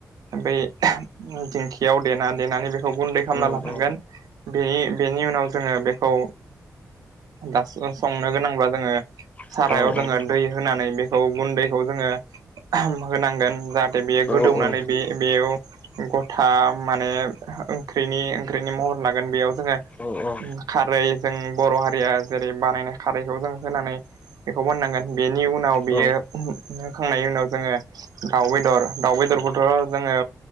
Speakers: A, on the right; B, on the left.
A: बै दिंखियाव देना देनानै बे खौ गुन्दै खालामना
B: औ औ
A: लानांगोन
B: औ
A: बेनि बेनि उनाव जोङो बेखौ दा संनो गोनांब्ला जोङो
B: औ
A: सारायाव जोङो दै होनानै बेखौ गुन्दैखौ जोङो होनांगोन जा थे बेयो गोदौनानै
B: औ औ
A: बे बेयाव गथा माने ओंख्रिनि ओंख्रिनि महर लागोन बेयाव जोङो
B: औ औ
A: खारै जों बर' हारिया जेरै बानायनाय खारैखौ जों होनानै बेखौ बनांगो बेनि उनाव बियो
B: औ
A: होखांनायनि उनाव जोङो दाउ बेदर दाउ बेदरखौथ' जोङो